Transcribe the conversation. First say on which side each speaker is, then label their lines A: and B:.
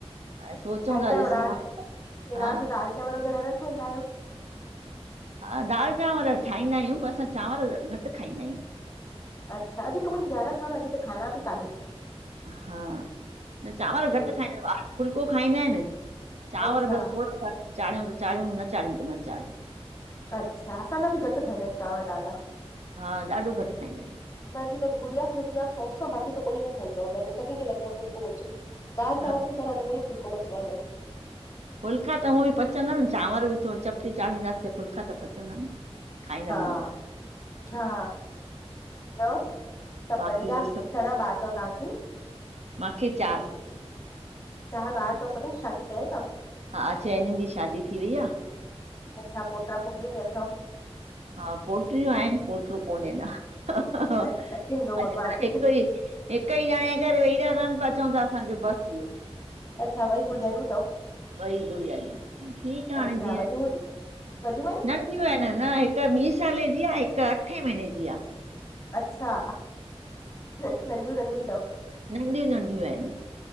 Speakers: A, on the right (about 85°); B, on the left (about 30°).
A: हाणे सोचूं
B: ठाहींदा
A: था
B: आहियो
A: ॾिसूं
B: रात
A: हाणे छा हा
B: रात जो दालि चांवर वग़ैरह न ठाहींदा आहियो।
A: हा दालि चांवर ठाहींदा आहियूं पर असां चांवर घटि खाईंदा आहियूं।
B: अच्छा। अॼी त ऊहोई ग्यारस आ अॼी त खाइणा बि काननि।
A: हा। न चांवर
B: आहिनि
A: घटि खाईंदा ॿ फुलको खाईंदा आहिनि। चांवर
B: अच्छा
A: बसि थोरो अस चाढ़ियूं त चाढ़ियूं न चाढ़ियूं त न चाढ़ियूं।
B: अच्छा असांजा बि घटि खाईंदा आहिनि चांवर ॾाढा।
A: हा ॾाढो घटि खाईंदा आहिनि
B: मुहिंजी बस गुड़िया खाईी शौक़ु सां बाक़ी त कोई न खाईंदो आ घर में सभी खे लॻंदो आ फुल्को हुजे। दाल चावर
A: हा
B: बि करा त ऊह ई फुलको पचराईदा आहिन।
A: फुलका त हूअं बि पचंदा न चांवर बि थोरो चपीटी चाढ़ींदासीं फुलका त पचंदा न। खाईंदा
B: हा- हा ॿियो सभु
A: बाक़ी
B: बढ़िया,
A: ॿियो
B: घणा ॿार थव तव्हांखे?
A: माखें चार।
B: चार ॿार तव, सभिनि शादी कयल तव?
A: हा चइनिनि जी शादी थी वई आ
B: अच्छा, पोट्रा- पोट्री बि अथव?
A: हा पोट्रियूं आहिनि, पोट्रो कोन्हे अंञां, अॼुकल्ह
B: अच्छा ॾींदो भॻवान
A: हिकु ई हिक ई ॼणें करे वेही ता रहनि पिया, चवन ता असांखे बसि थी वियो।
B: अच्छा ॿई गुॾियाऊं
A: ॿई गुड़ियायुं, ठीकु आ हाणे
B: अच्छा
A: जीअं,
B: वॾियूं हूंदियूं वॾियूं आहिनि
A: न नंढियुं आहिन न हिक ॿी सालें जी आ, हिक अठे महीने जी आ।
B: अच्छा, नंढियूं- नंढियूं ई त तव
A: नंढियूं -नंढियूं आहिनि।